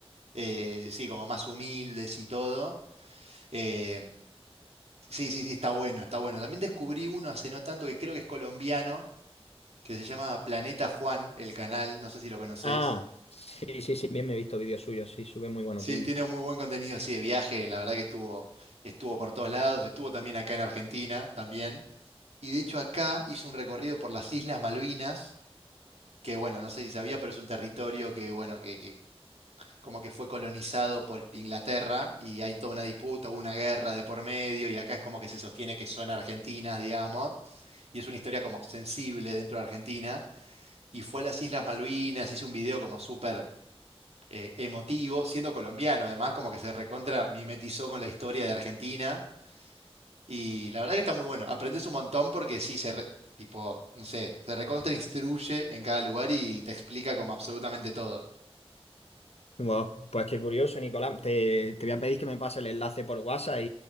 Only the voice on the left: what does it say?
Ah, sí, sí, sí, bien me he visto vídeos suyos, sí, sube muy buenos
vídeos.
Wow, pues qué curioso, Nicolás. Te, te voy a pedir que me pase el enlace por WhatsApp y,